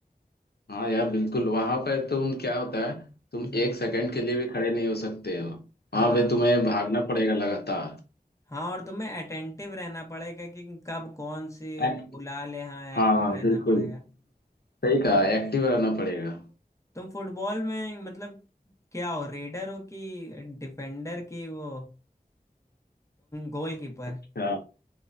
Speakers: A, on the left; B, on the left.
A: हाँ यार बिल्कुल वहां पे तुम क्या होता है तुम
B: हम्म
A: एक सेकंड के लिए भी खड़े नहीं हो सकते हो
B: हाँ
A: वहां पे तुम्हें भागना पड़ेगा लगातार
B: हाँ और तुम्हें अटेंटिव रहना पड़ेगा कि कब कौन सी
A: एक-
B: बुला ले हाँ
A: हाँ
B: एक्टिव
A: हाँ
B: रहना
A: बिल्कुल
B: पड़ेगा
A: सही कहा एक्टिव रहना पड़ेगा
B: तुम फुटबॉल में मतलब क्या हो रेडर हो कि डिफेंडर की वो गोल कीपर
A: अच्छा